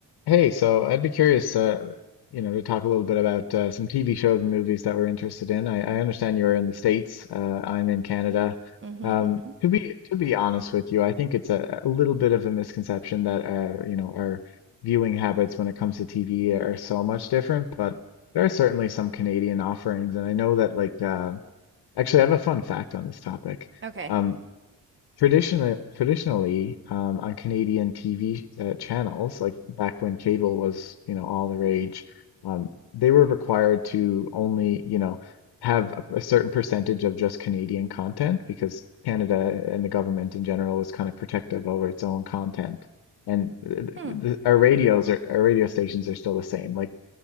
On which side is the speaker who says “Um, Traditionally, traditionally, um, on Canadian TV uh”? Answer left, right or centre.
Left